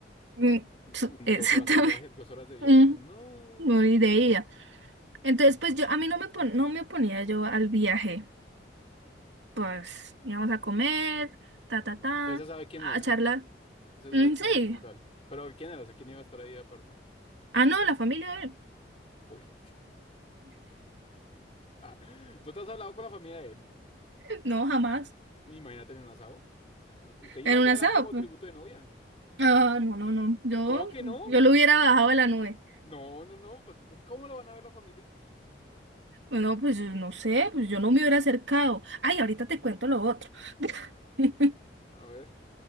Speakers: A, on the right; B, on the left.
A: Mm,
B: Mm,
A: su- <laughs> Exactamente.
B: Dos horas en viaje, dos horas de viaje,
A: Mm,
B: no,
A: Muy
B: la chimba.
A: de ida. Entonces, pues yo, a mí no me, pon- no me oponía yo al viaje. Pues íbamos a comer, ta, ta, ta,
B: Pero se sabe quién
A: a
B: era,
A: charlar.
B: se
A: Mm,
B: sabe quién
A: sí.
B: era como tal. Pero quién era, o sea, quién iba a estar ahí aparte.
A: Ah, no, la familia de él.
B: Uy, ah, <laughs> tú te has hablado con la familia de él.
A: <laughs> No, jamás.
B: Imagínate en un asado. U- Usted iba
A: En
B: ya,
A: un asado,
B: era como
A: pues.
B: tributo de novia. <laughs>
A: Ah, no, no, no. Yo,
B: ¿Cómo que no?
A: yo lo hubiera bajado de la nube.
B: No, no, no. pues, ¿Cómo lo van a ver la familia?
A: Bueno, pues yo no sé, pues yo no me hubiera acercado. Ay, ahorita te cuento lo otro. <laughs>
B: A ver,